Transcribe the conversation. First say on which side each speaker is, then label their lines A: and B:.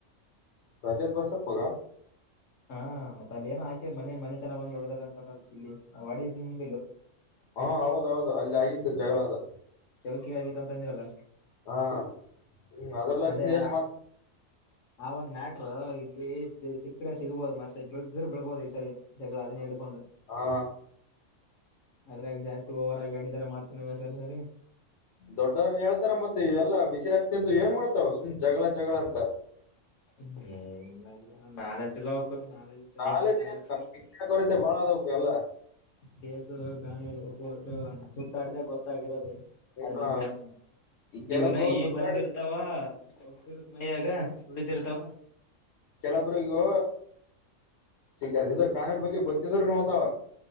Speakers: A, on the left (about 65°); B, on the left (about 80°).
A: ರಜತ್ ಬಸಪ್ಪ್ಗ
B: ಹಾ ಮತ್ ಅಲ್ಲಿ ಏನ ಹಾಕ ಮನೆ ಮನೆ ತನ ಬಂದ್ ಒಡ್ಡರಂತ ಅಂತ ತಿಲ್ಲಿ. <unintelligible>
A: ಹಾ ಹೌದೌದು ಅಲ್ಲಿ ಆಗಿತ್ತು ಜಗಳ ಅದು.
B: ಚೌಕಿಗಾಗಿತ್ತು ಅಂತಂದಿರಲ್ಲ
A: ಹಾ ಹ್ಮ್ ಅದ್ರಲಕ್ಷಿಂದ
B: ಅದೇ.
A: ಏನ್ ಮತ್
B: ಆ ಒಂದ್ ಮ್ಯಾಟ್ರ ಇಲ್ಲಿ ಸಿಕ್ಕರೆ ಸಿಗ್ಬೋದು ಮತ್ತೆ ಬ್ರ ಬಿಳ್ಬೋದು ಈ ಸರಿ. ಜಗಲ ಅದೇ ಎಡುಕೊಂಡೊಂಡು
A: ಹ
B: ಅದ್ರಾಗ ಜಾಸ್ತಿ ಓವರ್ ಆಗ ಆಡಿದ್ರ ಮತ್ರತ್ ಸರಿ ಸರಿ
A: ದೊಡ್ಡವ್ರನ ಹೇಳ್ತಾರ ಮತ್ತೆ ಎಲ್ಲ ಬಿಸಿರಕ್ತ ಇದ್ದಿವ ಏನ ಮಾಡ್ತಾವ ಸುಮ್ ಜಗಳ ಜಗಳ ಅಂತ
B: ಹ್ಮ ನಾಲೇಜ ಇಲ್ಯಾ ಅವಕ ನಾಲೇಜ ಇದರ
A: ನಾಲೆಜ್
B: ಹೀಗ ಯಾಕ ಆಗುತ್ತ
A: ಏನ್ ಶಿಕ್ಷಣ ಕೊರತೆ ಬಾಳ ಅದವಕ್ ಎಲ್ಲ
B: ಕೇಸು ಕಾನೂನು ಕೋರ್ಟ ಸುತ್ತಾಡ್ದ ಗೊತ್ತಾಗಿರೋದು <unintelligible>
A: ಹ ಈ ಕೆಲೊಬ್ರು ಸುತ್ತಾಡಿದ
B: ದುಡಿತಿರ್ತಾವ
A: ಕೆಲೊಬ್ರಗೂ ಸಿ ಇದು ಕಾನಡ ಬಗ್ಗೆ ಗೊತ್ತಿದ್ರ ನೋತಾವ